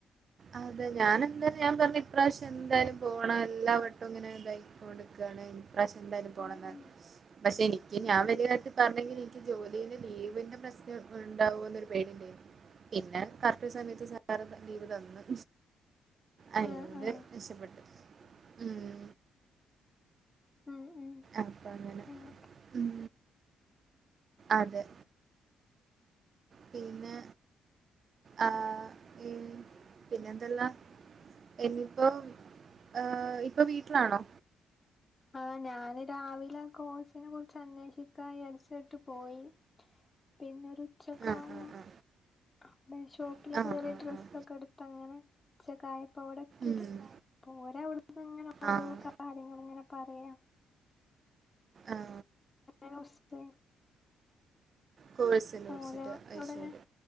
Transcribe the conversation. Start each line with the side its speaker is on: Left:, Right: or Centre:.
Right: അതെ ഞാൻ എന്തായാലും ഞാൻ പറ ഇപ്രാവശ്യം എന്തായാലും പോകണം എല്ലാവ വട്ടവും ഇങ്ങനെതായി- ടുക്കാണ് പ്രശ്നിണ്ടാക്കി പോണം
Left: ഉം
Right: ന്ന് പറഞ്ഞ്
Left: ഉം
Right: പക്ഷെ എനിക്ക് ഞാൻ വലിയായിട്ട് പറഞ്ഞെങ്കിൽ എനിക്ക് ജോലിടെ ലീവിന്റെ പ്രശ്നം ഉണ്ടാവോ എന്നൊരു പേടിണ്ടേരുന്നു പിന്നെ കറക്ട് സമയത്ത് സാർ ലീവ് തന്നു അങ്ങനെ
Left: ആഹ് ആഹ്
Right: രക്ഷപ്പെട്ടു ഉം
Left: ഉം ഉം
Right: അപ്പങ്ങനെ
Left: അങ്ങനൊക്കെ
Right: ഉം അതെ പിന്നെ ആഹ ഈ പിന്നെന്തെല്ലാം എന്നിപ്പം ഏഹ ഇപ്പം വീട്ടിലാണോ
Left: ആഹ ഞാന് രാവിലെ കോഴ്സിനെ കുറിച്ച് അന്വേഷിക്കായാര്ച്ചാട്ട് പോയി പിന്നൊരു ഉച്ചക്കാവുമ്പം
Right: ആഹ് ആഹ്
Left: അപ്പം ഈ ഷോപ്പിലൊക്കെ
Right: ആഹ് ആഹ്
Left: കേറി
Right: ആഹ്
Left: ഡ്രസ്സൊക്കെ
Right: ആഹ്
Left: ഇട്ത്തങ്ങനെ ഉച്ചക്കായ പ്പാ ഇവടെ എത്ത്യേത്
Right: ഉം
Left: അപ്പോല് അവടെന്നങ്ങനെ ഓരോ
Right: ആഹ്
Left: കാര്യങ്ങള്ങ്ങനെ പറയാ
Right: ആഹ
Left: <unintelligible>
Right: കോഴ്സ് ലോട്സിട്ട്
Left: ഓല്
Right: അത്
Left: അവുടെങ്ങനെ
Right: ശരി